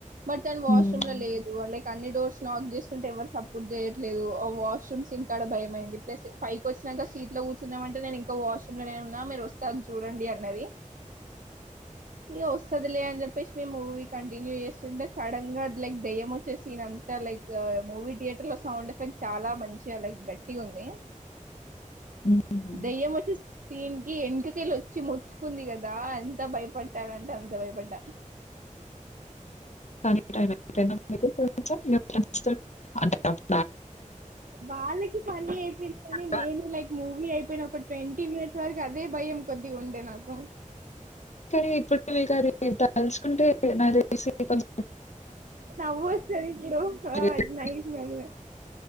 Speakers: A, on the right (about 80°); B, on the left (about 60°).
A: బట్ తను
B: హ్మ్.
A: వాష్రూమ్ లో లేదు లైక్ అన్ని డోర్స్ లాక్ చేస్తుంటే ఎవరు సపోర్ట్ చేయట్లేదు వాష్రూమ్ సీన్ కాడ భయం అయ్యింది ప్లస్ పైకి వచ్చినాక సీట్ లో కూర్చుందాం అంటే నేను ఇంకా వాష్రూమ్ లో ఉన్నా నేను వస్తాను చూడండి అన్నది ఇ వస్తదిలే అని చెప్పేసి మే మూవీ కంటిన్యూ చేస్తుండే సడన్ గా లైక్ దయ్యం వచ్చే సీన్ అంతా లైక్ మూవీ థియేటర్ లో సౌండ్ ఎఫెక్ట్ చాలా మంచిగా లైక్ గట్టి ఉంది
B: హుహు.
A: దయ్య మచ్చ దీనికి ఎంటక వెళ్ళి వచ్చి మొత్చ్చుకుంది కదా ఎంత భయపట్టాలంటే అ భయపడ్డా
B: అంట
A: బళ్ళకి ఫని అయిపోంది కాని
B: కొత్తగా
A: నేను లైక్ మూ అ అయిపోయిన ఒక ట్వంటీ మినిట్స్ వరకు అదే భయం కొద్దిగా ఉండే నాకు
B: కానీ ఇప్పుడు మీకు అది తెలుసుకుంటే మసి కొంచ
A: నవో సర ఇడు చ
B: చేశాను.
A: అజ నా మ